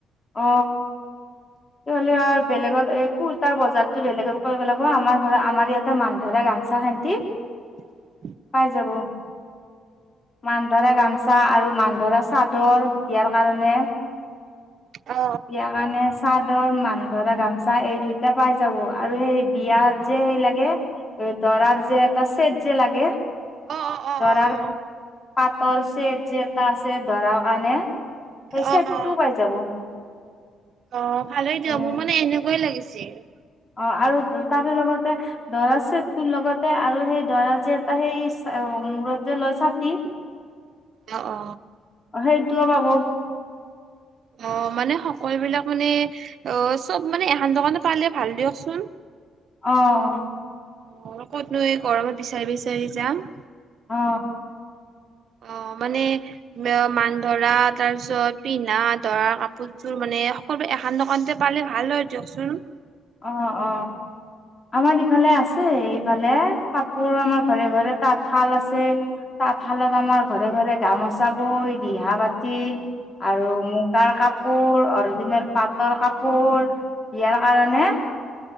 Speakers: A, on the left; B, on the right.
A: অ তেতি হলে আৰু বেলেগত এই কুৰ্তাৰ বজাৰতো বেলেগত কৰিব লাগিব আমাৰ ঘ আমাৰ ইয়াত এটা মান ধৰা গামছা সেতি
B: <inaudible>
A: পাই যাব মান ধৰা গামচা আৰু মান ধৰা চাদৰ দিয়াৰ কাৰণে
B: অ
A: দিয়াৰ কাৰণে চাদৰ মান ধৰা গামচা এই দুইটা পাই যাব আৰু সেই বিয়াৰ যে সেই লাগে দৰাৰ যে এটা ছেট যে লাগে
B: অ অ অ অ
A: দৰাৰ
B: অ
A: পাটৰ চেট যে এটা আছে দৰাৰ কাৰণে সেই চেটটোও
B: অ অ অ
A: পাই যাব
B: অ ভালেই
A: উম,
B: দিয়ক মোৰ মানে এনেকুৱায়ে লাগিছিল
A: অ আৰু তাৰে লগতে দৰাৰ চেত তোৰ লগতে আৰু সেই দৰা যে ত সেই মূৰত যে লয় ছাতি
B: অ অ
A: অ সেইটোও পাব
B: অ মানে সকলো বিলাক মানে অ চব মানে এখান দোকানতে পালে ভাল দিয়কচোন।
A: অ অ
B: অ মইনো ক'তনো এই গৰমত বিচাৰি বিচাৰি যাম
A: অ
B: অ মানে মানে অ মান ধৰা তাৰ পিছত পিন্ধা দৰাৰ কাপোৰযোৰ মানে ক'ৰবাত এখান দোকানতে পালে ভাল হয় দিয়কচোন
A: অ অ আমাৰ ইফালে আছে ইফালে কাপোৰ আমাৰ ঘৰে ঘৰে তাঁতশাল আছে তাঁতশালত আমাৰ ঘৰে ঘৰে গামোচা বই ৰিহা বাতি আৰু মুগাৰ কাপোৰ অৰিজিনেল পাটৰ কাপোৰ বিয়াৰ কাৰণে